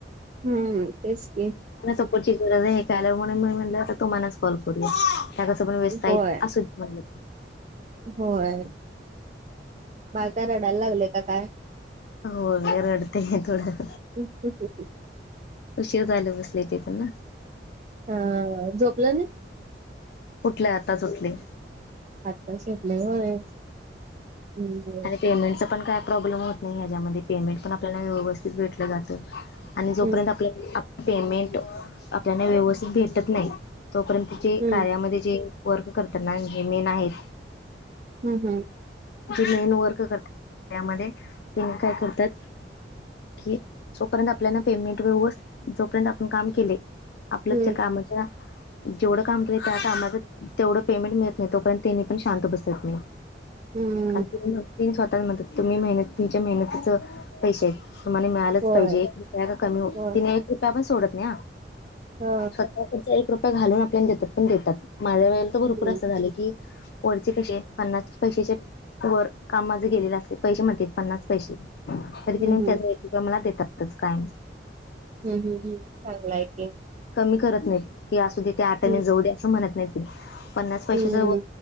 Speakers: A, on the right; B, on the left.
A: हम्म! तेच की.
B: सपोर्ट ची गरज आहे, हे कळल्यावर <unintelligible> म्हणून मी म्हटलं, आता तुम्हालाच कॉल करूया. त्या कसं पण व्यस्त आहेत,
A: होय
B: असुदे म्हण
A: होय. बाळ काय रडयला लागलय काय काय?
B: होय, रडतंय थोड.
A: <unintelligible> <inaudible>
B: उशीर झाल बसलय, ते पण ना.
A: हम्म! झोपल नाही?
B: उठलय आताच उठलय.
A: आत्ताच उठलय होय? हम्म
B: आणि पेमेंटच पण काय प्रॉब्लेम होत नाही याच्यामध्ये, पेमेंट पण आपल्याला व्यवस्थित भेटलं जातं. आणि जोपर्यंत
A: हम्म
B: आपल्या पेमेंट, आपल्याला व्यवस्थित भेटत नाही तोपर्यंत जे
A: हम्म
B: कार्यामध्ये, जे वर्क करतात ना, जे मेन आहेत
A: हम् हम्.
B: जे मेन वर्क करतात त्यामध्ये, तेनी काय करतात कि जोपर्यंत आपल्याला पेमेंट व्यवस्थ, जोपर्यंत आपण काम केलय आपल्या
A: हम्म
B: त्या कामाच्या जेवढं काम केलं त्या कामाच, तेवढं पेमेंट मिळत नाही, तोपर्यंत तेनी पण शांत बसत नाही.
A: हम्म!
B: कारण ती स्वतः हुन म्हणतात, तुम्ही मेहनत तुमच्या मेहनतीच पैसे आहेत. तुम्हाला मिळालंच
A: होय
B: पाहिजे, <unintelligible> एक रुपया कमी हो,
A: होय
B: तिने एक रुपया पण सोडत नाही हा.
A: हा
B: स्वतःकडच एक रुपया घालून आपल्याला देतात, पण देतात, माझ्या वेळेला तर भरपूर
A: हम्म
B: असं झालं की वरचे कसे, पन्नास पैशाच्या वर, कामा माझ गेलेले असते, पैसे म्हणते, पन्नास पैसे तरी तेंनी
A: हम्म
B: मला
A: हम्म
B: एक रुपया देतातच, कायम.
A: हम् हम् हम्, चांगल हाय की.
B: कमी करत नाहीत, किवा असु दे, ते आठाने
A: हम्म
B: जाऊ दे, असं म्हणत नाहीत, पन्नास पैशाच
A: हम्म